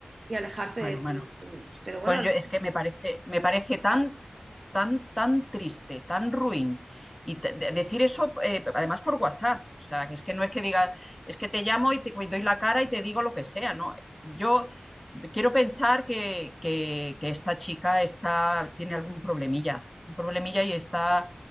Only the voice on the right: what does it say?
y alejarte
de tus
amigos. Pero bueno,
no